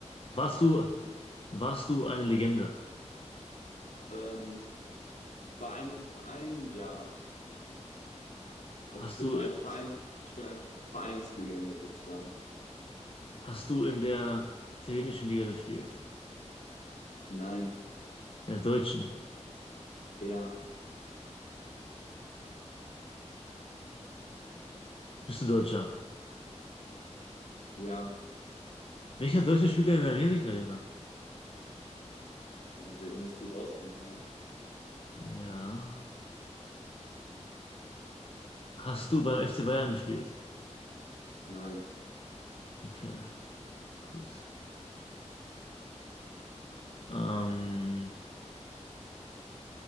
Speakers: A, on the left; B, on the left.
A: Warst du, warst du eine Legende?
B: Ähm, bei einem Verein, ja. Also
A: Hast
B: ich bin
A: du
B: eine Vereins, ich bin eine Ve- Vereinslegende sozusagen.
A: Hast du in der italienischen Liga gespielt?
B: Nein,
A: In der deutschen?
B: ja,
A: Bist du Deutscher?
B: ja,
A: Welcher Deutsche spielt denn in Amerika, Junge?
B: ja, den musst du rausfinden, hä?
A: Ja. Hast du beim FC Bayern gespielt?
B: Nein,
A: Okay, gut. Ähm,